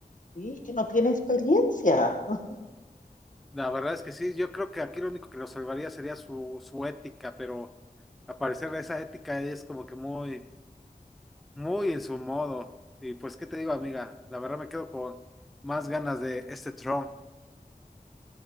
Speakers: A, on the left; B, in the centre.
A: que no tiene experiencia. <laughs>
B: La verdad es que sí, yo creo que aquí lo único que lo salvaría sería su, su ética, pero a parecer esa ética es como que muy, muy en su modo. Y pues, ¿qué te digo, amiga? La verdad me quedo con más ganas de este Trump.